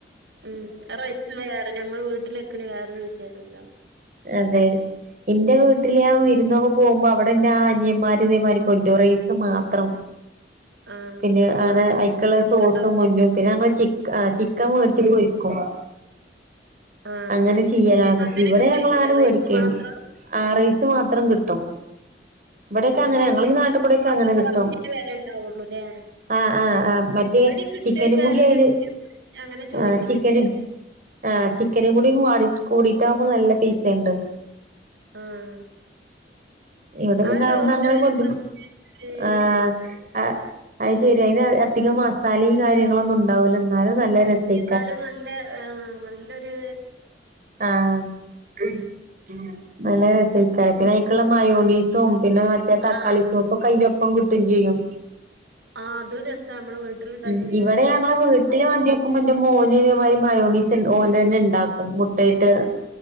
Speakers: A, on the right (about 85°); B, on the right (about 45°).
A: ഉം ആ റൈസ് വേറെ ഞമ്മള് വീട്ടിലെക്കണേ വേറെരു രുചിയാണല്ലോ
B: അതെ ഇന്റെ
A: ഉം
B: വ് ട്ട്ല് ഞാൻ വിര്ന്നൊക്കെ പോവുമ്പോ അവ്ടെ ഇന്റെ അനിയമാര് ഇതേമാരി കൊണ്ട്രും റൈസ് മാത്രം.
A: ആഹ്
B: പിന്നെ
A: അപ്പൊ
B: അങ്ങനെ അയ്ക്ക്ള്ള സോസും
A: ഇണ്ടാവൂല
B: കൊണ്ട്രും പിന്നെ അമ്മള് ചിക്കാ ആഹ് ചിക്കൻ വേടിച്ച് ങ്ങണ്ട് വെക്കും.
A: ആഹ്
B: അങ്ങനെ ചെയ്യ്ലാണ്
A: അങ്ങനെ
B: ഇവടെ
A: കിട്ടേക്കൂലേ
B: ഞങ്ങള് അങ്ങനെ വേടിക്കയ്യല്
A: റൈസ് മാത്രം
B: ആഹ് റൈസ് മാത്രം കിട്ടും. ഇബടെക്കങ്ങനെ
A: ഏഹ്
B: ഞങ്ങളീനാട്ടികൂടെക്കങ്ങനെ
A: അപ്പൊ കൊറഞ്ഞ
B: കിട്ടും.
A: വെല ഇണ്ടാവൊള്ളൂല്ലേ
B: ആഹ് ആഹ് ആഹ് മറ്റേ
A: ഇവടിം കിട്ടേക്കാരം
B: ചിക്കനും കൂട്യയ്ല്
A: ചെലപ്പോ ഞാൻ അങ്ങനെ ചോയിച്ചിട്ടില്ല
B: ആഹ് ചിക്കന് ആഹ് ചിക്കനും കൂടെ ക്വാടി കൂടിട്ടാവ്മ്പോ നല്ല പൈസണ്ട്.
A: ആഹ്
B: ഇവ്ടെ
A: ആ
B: പിന്നെ
A: ചോറിന്
B: അന്ന് അങ്ങനെ
A: ഒരു
B: കൊണ്ട്രും
A: പ്രത്യേക ഒരു
B: ആഹ്
A: രസം
B: ആഹ് അത് ശെര്യാ അയിന് അധികം മസാലിം കാര്യങ്ങളൊന്നുണ്ടാവൂല ന്നാലും നല്ല രസേ
A: എന്നാലും നല്ല ഏഹ് നല്ലൊര്
B: ആഹ് ഉം ഉം നല്ല രസേക്കാരം പിന്നെ അയ്ക്ക്ള്ള മയോണീസും പിന്നെ മറ്റേ തക്കാളി
A: ആഹ്
B: സോസൊക്കയ്ലൊ പ്പം കിട്ടും ചെയ്യും.
A: ആഹ് അതും രസാ നമ്മള് വീട്ടില്ണ്ടാക്കിയാണ്ട്
B: ഉം ഇവടെ ഞങ്ങളെ വീട്ടില് മന്ത്യ ക്കുമ്പെൻ്റെ മോന് ഇതേ മാതിരി മയോണീസ് ഓനെന്നെ ണ്ടാക്കും മു ട്ടയിട്ട്